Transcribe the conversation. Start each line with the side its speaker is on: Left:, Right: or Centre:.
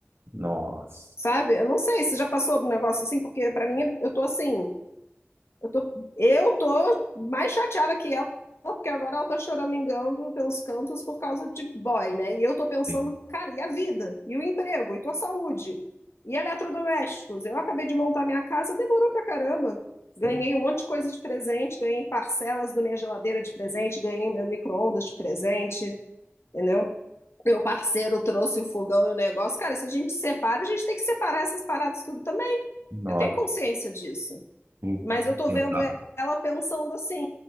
Right: Nossa.
Left: Sabe? Eu não sei se já passou um negócio assim, porque pra mim eu tô assim, eu tô, eu tô mais chateada que ela, porque agora ela tá choramingando pelos cantos por causa de boy, né? E eu tô pensando,
Right: Sim,
Left: cara, e a vida? E o emprego? E tua saúde? E eletrodomésticos? Eu acabei de montar minha casa, demorou pra caramba. Ganhei
Right: sim.
Left: um monte de coisa de presente, ganhei parcelas da minha geladeira de presente, ganhei meu micro-ondas de presente entendeu? Meu parceiro trouxe o fogão e o negócio. Cara, se a gente separa, a gente tem que separar essas paradas tudo também.
Right: Nossa.
Left: Eu tenho consciência disso.
Right: Impensável.
Left: Mas eu tô vendo ela pensando assim,